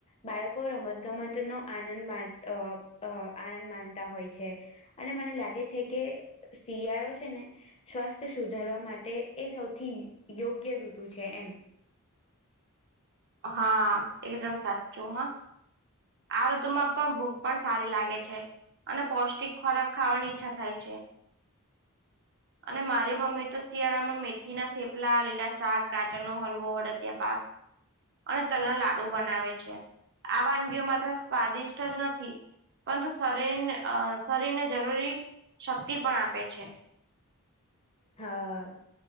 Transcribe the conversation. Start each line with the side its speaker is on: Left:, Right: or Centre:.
Left: બાળકો રમતગમત નો આનંદ માણ અ અ માણતા હોય છે. અને મને લાગે છે કે શિયાળો છે ને સ્વાસ્થ્ય સુધારવા માટે સૌથી યોગ્ય ઋતુ છે એમ
Right: હા એકદમ સાચું હા. આ ઋતુમાં પણ ભૂખ પણ સારી લાગે છે. અને પૌષ્ટિક ખોરાક ખાવાની ઈચ્છા થાય છે. અને મારી મમ્મી તો શિયાળામાં મેથી ના થેપલા લીલા શાક ગાજરનો હલવો અડદિયા પાક અને તલના લાડુ બનાવે છે. આ વાનગીઓ માત્ર સ્વાદિષ્ટ જ નથી. પરંતુ શરીરને અ શરીરને જરૂરી શક્તિ પણ આપે છે.
Left: હા